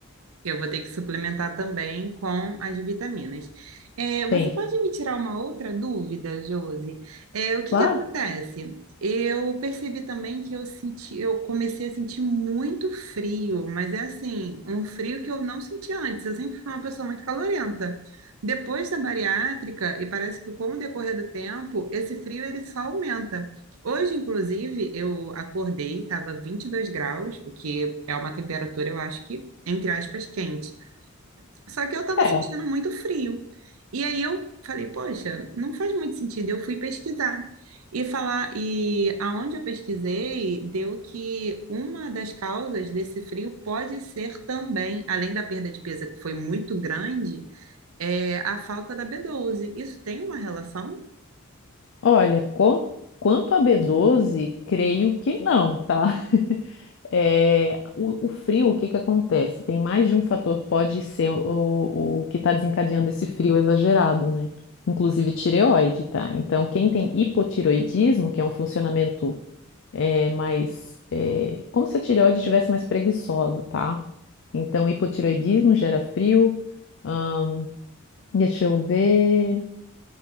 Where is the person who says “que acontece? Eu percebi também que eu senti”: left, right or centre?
Right